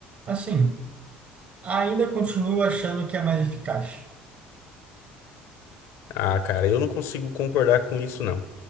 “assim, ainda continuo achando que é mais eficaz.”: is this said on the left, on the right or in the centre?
Right